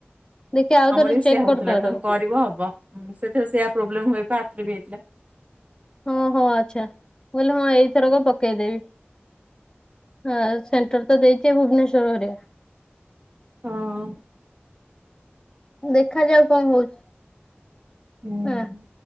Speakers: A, on the left; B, on the right.
A: ଦେଖିଆ ଆଉ
B: ଆମର
A: ଥରେ
B: ବି
A: ଚେକ୍
B: ସେୟଆ ହଉଥିଲା
A: କରିଦବା ତାକୁ
B: ତମେ କରିବ ହବ ସେଥିରେ ସେଇଆ ପ୍ରୋବ୍ଲେମ ହୁଏ ପା ଆରଥର ବି ହେଇଥିଲା।
A: ହଁ ହଁ ଆଚ୍ଛା। ମୁଁ କହିଲି ମୁଁ ଏଇ ଥରକ ପକେଇଦେବି। ଆ ସେଣ୍ଟର ତ ଦେଇଥିବେ ଭୁବନେଶ୍ୱର ଘରିକା।
B: ହଁ।
A: ଦେଖାଯାଉ କଁ ହଉଛି।
B: ହୁଁ।
A: ହେଲା।